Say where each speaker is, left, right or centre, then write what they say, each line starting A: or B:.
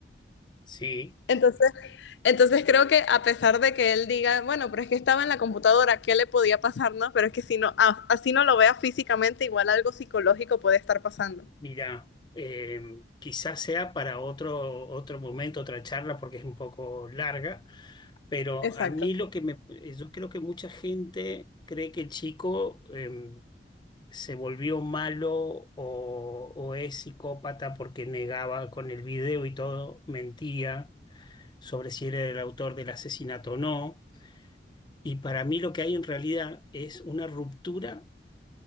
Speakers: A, on the left (about 25°); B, on the left (about 80°).
A: Sí,
B: Entonces, entonces creo que a pesar de que él diga, bueno, pero es que estaba en la computadora, ¿qué le podía pasar? No, pero es que si no, a- así no lo vea físicamente, igual algo psicológico puede estar pasando.
A: mira, eh, quizás sea para otro, otro momento, otra charla, porque es un poco larga. Pero
B: Exacto,
A: a mí lo que me... eh, Yo creo que mucha gente cree que el chico em, se volvió malo o, o es psicópata porque negaba con el video y todo, mentía sobre si era el autor del asesinato o no. Y para mí lo que hay en realidad es una ruptura